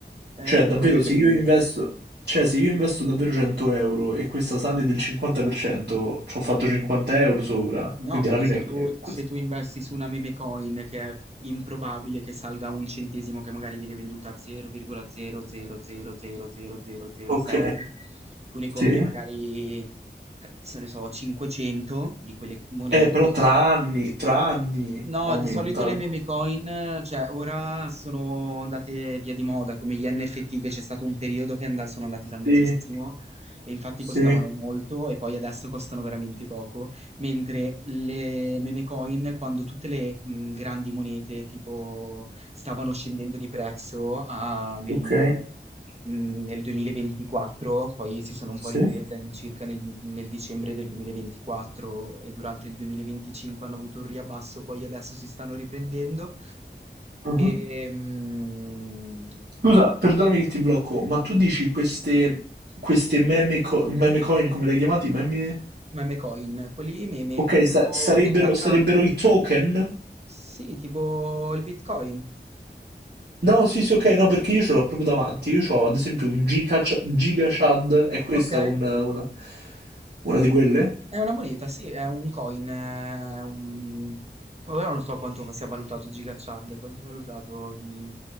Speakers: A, on the right; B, on the right.
A: Eh,
B: Cioè, davvero,
A: boh, dipende.
B: se io investo, cioè, se io investo davvero 100 euro e questa sale del 50%, ci ho fatto 50 euro sopra,
A: Eh, ma No,
B: quindi
A: perché
B: alla fine
A: se
B: è,
A: tu,
B: è così.
A: se tu investi su una meme coin che è improbabile che salga a un centesimo, che magari viene venduta a 0,00000006,
B: Ok,
A: tu ne compri
B: sì.
A: magari, cazzo ne so, 500 di quelle monete
B: Eh, però tra anni, tra anni
A: No,
B: aumenta.
A: di solito le meme coin, cioè ora sono andate via di moda, come gli NFT, che c'è stato un periodo che and- sono andati tantissimo
B: Sì,
A: e infatti
B: sì,
A: costavano molto e poi adesso costano veramente poco, mentre le meme coin, quando tutte le mh, grandi monete tipo stavano scendendo di prezzo a- nel
B: ok,
A: mh, nel 2024, poi si sono un
B: sì.
A: po' riprese all'incirca nel, nel dicembre del 2024 e durante il 2025 hanno avuto un riabbasso, poi adesso si stanno riprendendo.
B: Mhm.
A: E, mh,
B: Scusa, perdonami che ti blocco, ma tu dici queste, queste meme, co- meme coin, come le hai chiamate? Meme...
A: meme coin, quelli meme,
B: Ok,
A: tipo
B: sa- sarebbero,
A: GigaChad,
B: sarebbero i token?
A: sì, tipo il Bitcoin.
B: No, sì, sì, ok, no, perché io ce l'ho proprio davanti. Io ho ad esempio un Giga, GigaChad, è questa
A: Ok,
B: un- una, una di quelle?
A: è una moneta, sì, è un coin, è un... Ora non so quanto sia valutato GigaChad, quanto è valutato? Mm,